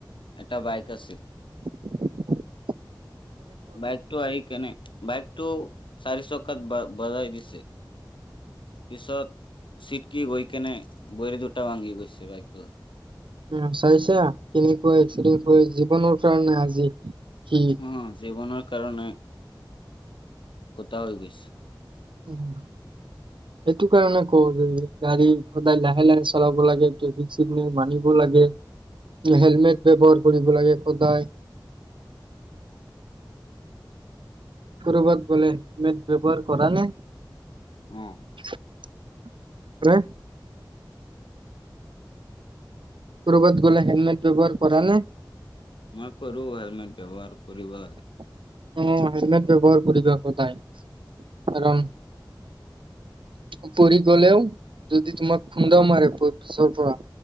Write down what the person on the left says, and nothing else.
এটা বাইক আছিল।
বাইকটো আহি কেনে বাইকটো চাৰি চকাত বা বজাই দিছে। পিছত চিট কি গৈ কেনে ভৰি দুটা ভাঙি গৈছে বাইকটোৰ।
অ অ, জীৱনৰ কাৰণে খুটা হৈ গৈছে।
উম।
মই কৰো হেলমেট ব্যৱহাৰ কৰিবা।